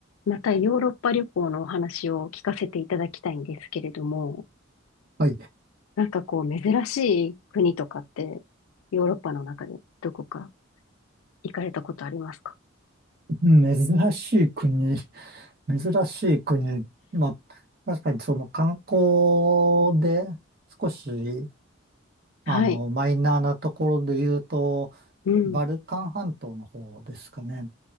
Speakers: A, on the left; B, on the right.
A: またヨーロッパ旅行のお話を聞かせていただきたいんですけれども、
B: はい。
A: なんかこう珍しい国とかってヨーロッパの中でどこか行かれたことありますか
B: 珍しい国、<laughs> 珍しい国。まあ、確かにその観光で少し、あの、
A: はい。
B: マイナーなところで言うと、
A: うん。
B: バルカン半島の方ですかね。